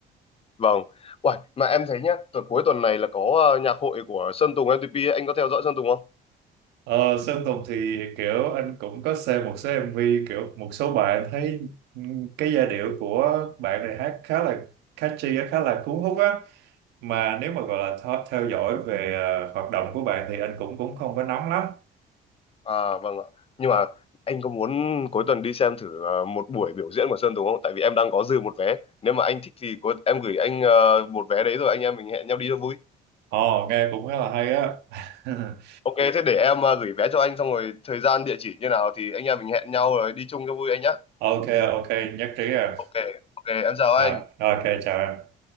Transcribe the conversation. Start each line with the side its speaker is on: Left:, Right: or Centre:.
Left: vâng Uầy, mà em thấy nhá tuần cuối tuần này là có ờ, nhạc hội của Sơn Tùng M-TP ấy. anh có theo dõi Sơn Tùng không
Right: Ờ, Sơn Tùng thì kiểu anh cũng có xem một số MV kiểu một số bạn thấy ừm, cái giai điệu của bạn này hát khá là catchy á, khá là cuốn hút á mà nếu mà gọi là tho- theo dõi về ờ, hoạt động của bạn thì anh cũng cũng không có nắm lắm.
Left: À vâng ạ. Nhưng mà anh có muốn cuối tuần đi xem thử ờ, một buổi biểu diễn của Sơn Tùng không? Tại vì em đang có dư một vé. Nếu mà anh thích thì có, em gửi anh ờ, một vé đấy rồi anh em mình hẹn nhau đi cho vui.
Right: Ồ nghe cũng khá là hay á. <laughs>
Left: Ok, thế để em ờ, gửi vé cho anh xong rồi thời gian địa chỉ như nào thì anh em mình hẹn nhau rồi đi chung cho vui anh nhá.
Right: Ok ok nhất trí à.
Left: Ok, ok, em chào anh.
Right: À, ok chào em.